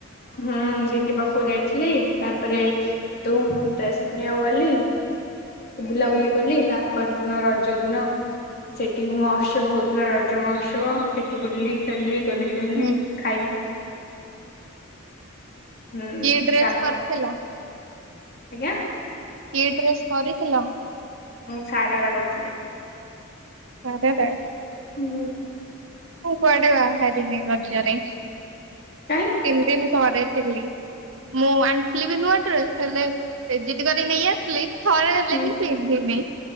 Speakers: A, on the left; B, on the right.
A: ହୁଁ ଦିଦି ପାଖକୁ ଯାଇଥିଲି ତାପରେ ତୁ ଡ୍ରେସ୍ କିଣିବାକୁ ଗଲି ବୁଲାବୁଲି କଲି ତାପର ଦିନ ରଜ ଦିନ ସେଠି ମହୋତ୍ସବ ହଉଥିଲା ରଜ ମହୋତ୍ସବ ସେଠି ବୁଲି ଖେଲି ଚଲି ଖେଣିଲି
B: ହୁଁ
A: ଖାଇଲି ହୁଁ
B: କିଏ ଡ୍ରେସ୍
A: ତାପ
B: କରିଥିଲା?
A: ଆଜ୍ଞା।
B: କିଏ ଡ୍ରେସ୍ କରିଥିଲ?
A: ମୁଁ ସାରଡା କରିଥିଲି।
B: ଆେଦେ।
A: ହୁଁ।
B: ହଁ କୁଆଡେ ବା ହେ ଦିନି ରଜରେ
A: କାଇଁ
B: ତିନ ଦିନ ସରେଥିଲି ମୁଁ ଆଣିଥିଲି ବି ନୂଆ ଡ୍ରେସ୍ ହେଲେଜିଦ କରି ନେଇ ଆସିଲି ଥରେ ହେଲେ
A: ହୁଁ
B: ବି ପିନ୍ତିମି।